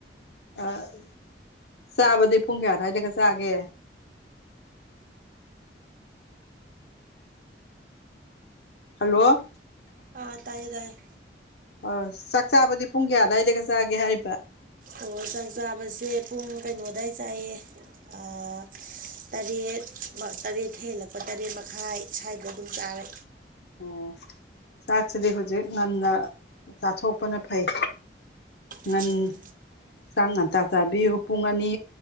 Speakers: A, on the left; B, on the right.
A: ꯑꯥ ꯆꯥꯕꯗꯤ ꯄꯨꯡ ꯀꯌꯥ ꯑꯗꯨꯋꯥꯏꯗꯒ ꯆꯥꯒꯦ ꯍꯜꯂꯣ
B: ꯑꯥ ꯇꯥꯏꯌꯦ ꯇꯥꯏꯌꯦ
A: ꯑ ꯆꯥꯛ ꯆꯥꯕꯗꯤ ꯄꯨꯡ ꯀꯌꯥ ꯑꯗꯨꯋꯥꯏꯗꯒ ꯆꯥꯒꯦ ꯍꯥꯏꯔꯤꯕ
B: ꯑꯣ ꯆꯥꯛ ꯆꯥꯕꯁꯦ ꯄꯨꯡ ꯀꯩꯅꯣꯗꯥꯏ ꯆꯥꯏꯌꯦ ꯑꯥ ꯇꯔꯦꯠ ꯇꯔꯦꯠ ꯈꯔ ꯍꯦꯜꯂꯛꯄ ꯇꯔꯦꯠ ꯃꯈꯥꯏ ꯁꯨꯋꯥꯏꯗ ꯑꯗꯨꯝ ꯆꯥꯔꯦ
A: ꯑꯣ ꯆꯥꯛꯁꯤꯗꯤ ꯍꯧꯖꯤꯛ ꯉꯟꯅ ꯆꯥꯊꯣꯛꯄꯅ ꯐꯩ ꯉꯟ
B: ꯎꯝ
A: ꯆꯥꯛ ꯉꯟꯇꯥ ꯆꯥꯕꯤꯌꯨ ꯄꯨꯡ ꯑꯅꯤ